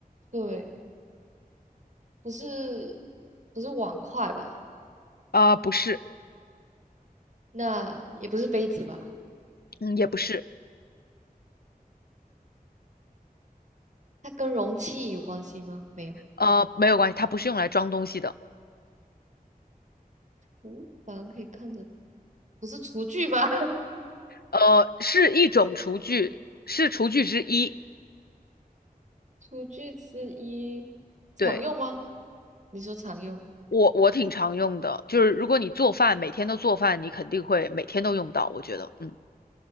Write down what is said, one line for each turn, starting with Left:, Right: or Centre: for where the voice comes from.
Right: 对，不是不是碗筷吧？
Left: 啊、不是，
Right: 那也不是杯子吧？
Left: 嗯，也不是，
Right: 它跟容器有关系吗？没有，
Left: 呃，没有关系，它不是用来装东西的，
Right: 厨房可以看着，不是厨具吧？
Left: 呃，是一种厨具，是厨具之一，
Right: 厨具之一，
Left: 对，
Right: 常用吗？你说常用，
Left: 我我挺常用的，就是如果你做饭，每天都做饭，你肯定会每天都用到，我觉得，嗯。